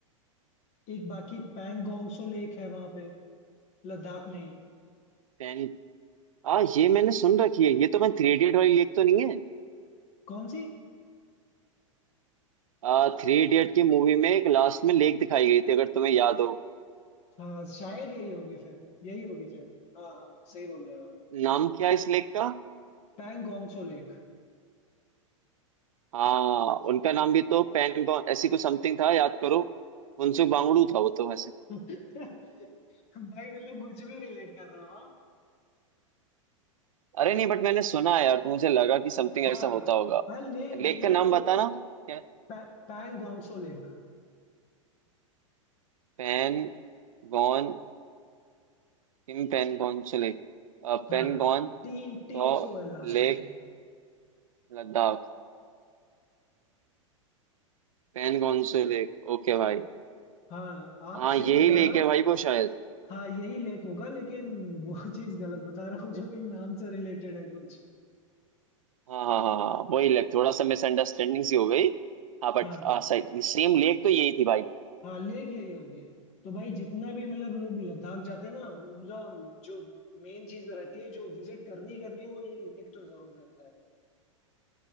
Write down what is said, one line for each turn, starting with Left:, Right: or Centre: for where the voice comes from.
Left: एक बाकी पैंगोंगसो लेक है वहां पे लद्दाख में ही
Right: टेन हाँ ये मैंने सुन रखी है ये तो मैं थ्री इडियट वाली लेक तो नहीं है
Left: कौन सी
Right: आ, थ्री इडियट की मूवी में एक लास्ट में लेक दिखाई गई थी अगर तुम्हें याद हो
Left: हाँ शायद यही होगी फिर यही होगी फिर हाँ हाँ सही बोल रहे हो आप
Right: नाम क्या है इस लेक का
Left: पैंगोंगसो लेक
Right: हाँ उनका नाम भी तो पेनगॉन ऐसी कुछ समथिंग था याद करो फुनसुक वांगडू था वो तो वैसे
Left: <laughs> भाई मतलब कुछ भी रिलेट कर रहे हो हाँ
Right: अरे नहीं बट मैंने सुना है यार तो मुझे लगा कि समथिंग
Left: हाँ
Right: ऐसा होता होगा
Left: हाँ लेक
Right: लेक
Left: लेक
Right: का नाम
Left: ये
Right: बताना क्या
Left: पैंगोंगसो लेक
Right: पेन गॉन किम पेन गॉन से लेक
Left: हाँ
Right: पेन
Left: टी
Right: गॉन तो
Left: टी एस ओ है लास्ट
Right: लेक
Left: में
Right: लद्दाख पैनगॉन से लेक ओके भाई
Left: हाँ आप
Right: हाँ
Left: सही
Right: यही
Left: बता
Right: लेक
Left: रहे हो
Right: है भाई वो शायद
Left: हाँ यही लेक होगा लेकिन वो <laughs> चीज गलत बता रहा हूँ जो कि नाम से रिलेटेड है कुछ
Right: हाँ हाँ हाँ हाँ वही लेक थोड़ा सा मिसअंडरस्टैंडिंग सी हो गई हाँ बट
Left: हाँ
Right: सही सेम लेक तो यही थी भाई
Left: हाँ लेक यही होगी तो भाई जितना भी मतलब लोग लद्दाख जाते हैं ना उनका जो मेन चीज रहती है जो विजिट करनी करनी है वो ये लेक तो जरूर रहता है